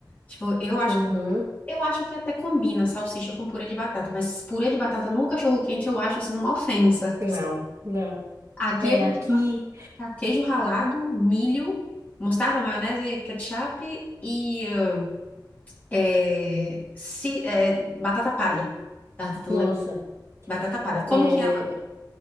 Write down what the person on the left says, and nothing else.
Tipo, eu acho,
eu acho que até combina salsicha com purê de batata, mas purê de batata no cachorro-quente eu acho assim uma ofensa.
Aqui
a gente
tá, queijo ralado, milho, mostarda, maionese, ketchup e eh, eh, ci- eh, batata palha. Tava tentando
lembrar. Batata palha. Como
que é lá?